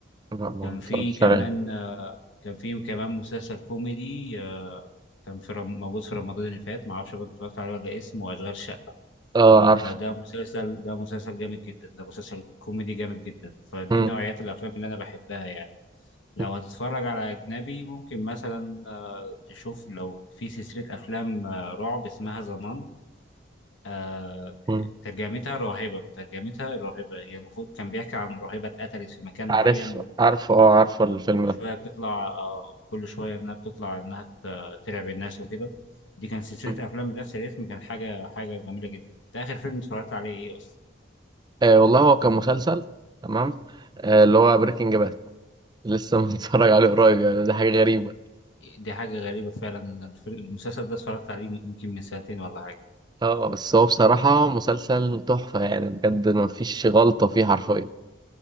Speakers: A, on the right; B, on the left.
A: لا ما
B: كان في
A: اتفرجتش
B: كمان
A: عليه
B: آه، كان في كمان مسلسل كوميدي آه، كان في رم... موجود في رمضان اللي فات ما اعرفش بقى اتفرجت عليه ولا إيه، اسمه اشغال شقه
A: اه عارف
B: آه، ده مسلسل ده مسلسل جامد جدا ده مسلسل كوميدي جامد جدا فدي
A: مم.
B: نوعيات الافلام اللي انا بحبها يعني لو
A: مم.
B: هتتفرج على اجنبي ممكن مثلا آه، تشوف لو في سلسله افلام آه، رعب اسمها ظنان آه،
A: مم.
B: ترجمتها راهبة ترجمتها راهبة يعني المفروض كان بيحكي عن راهبة اتقتلت في مكان
A: عارف
B: معين
A: عارف اه عارف الفيلم
B: كل
A: ده
B: شويه بتطلع آه كل شويه انها بتطلع انها ت- ترعب الناس وكده دي كان سلسله
A: مم.
B: افلام بنفس الاسم كان حاجه حاجه جميله جدا انت اخر فيلم اتفرجت عليه ايه اصلا
A: آه والله هو كان مسلسل تمام آه اللي هو بريكنج باد لسه <laughs> متفرج عليه قريب يعني ده حاجة غريبة
B: دي حاجه غريبه فعلا أنا الف- المسلسل ده اتفرجت عليه يمكن من سنتين ولا حاجه
A: اه بس هو بصراحة مسلسل تحفة يعني بجد مفيش غلطة فيه حرفيا